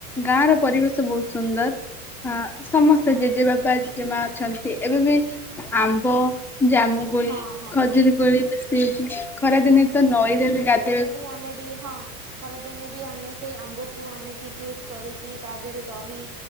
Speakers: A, in the centre; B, on the right.
A: ଗାଁ ର ପରିବେଶ ବହୁତ ସୁନ୍ଦର। ହଁ ସମସ୍ତେ ଜେଜେ ବା ପା ଜେଜେମା ଅଛନ୍ତି, ଏବେ ବି ଆମ୍ବ, ଜାମୁକୋଳି
B: ହଁ ହଁ
A: ଖଜୁରୀ କୋଳି ବେଶି ଅଛି ଖରାଦିନେ ତ ନଈରେ ବି ଗାଧେଇବାକୁ
B: ତି ଆମେ ବି ହଁ। ଖରା ଦିନେ ବି ଆମେ ସେଇ ଆମ୍ବ କୁ ଆଣିକି ଜୁସ୍ କରିକି, ତା ଦେହରେ ଦହି